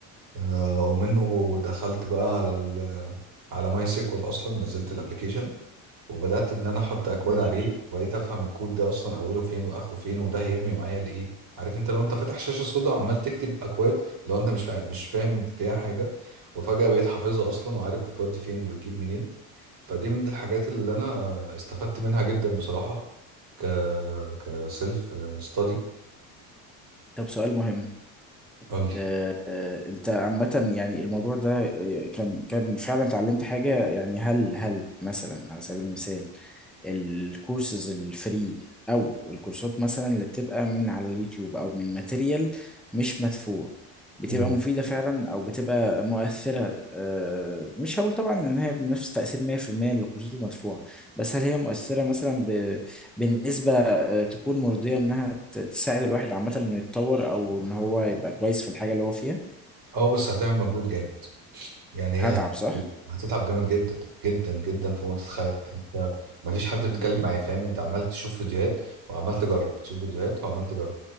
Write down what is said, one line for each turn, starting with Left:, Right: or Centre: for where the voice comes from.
Right: آه، ومنه دخلت بقى على ال على ماي سيكوال اصلا نزلت الابلكيشن وبدات ان انا احط اكواد
Centre: مم.
Right: عليه وبقيت افهم الكود ده اصلا اوله فين واخره فين وده هيرمي معايا لايه عارف انت لو انت فاتح شاشه سودا وعمال تكتب اكواد لو انت مش فاهم مش فاهم فيها حاجه وفجاه بقيت حافظها اصلا وعارف بتودي فين وبتجيب منين فدي من الحاجات اللي انا استفدت منها جدا بصراحه ك كسيلف ستادي
Centre: طب سؤال مهم
Right: قول لي
Centre: آه، آه، انت عامة يعني الموضوع ده آه، كان كان فعلا اتعلمت حاجة يعني هل هل مثلا على سبيل المثال الكورسز الفري او الكورسات مثلا اللي بتبقى من على اليوتيوب او من ماتيريال مش مدفوع بتبقى
Right: مم.
Centre: مفيدة فعلا او بتبقى مؤثرة آه، مش هقول طبعا ان هي بنفس تأثير 100% للكورسات المدفوعة بس هل هي مؤثرة مثلا بنسبة آه، تكون مرضية إنها ت- تساعد الواحد عامة إنه يتطور أو إن هو يبقى كويس في الحاجة اللي هو فيها
Right: اه بس هتعمل مجهود جامد يعني هي
Centre: هتعب صح؟
Right: هتتعب جامد جدا جدا جدا فوق ما تتخيل انت ما فيش حد بيتكلم
Centre: مم.
Right: معايا فاهم انت عمال تشوف فيديوهات وعمال تجرب تشوف فيديوهات وعمال تجرب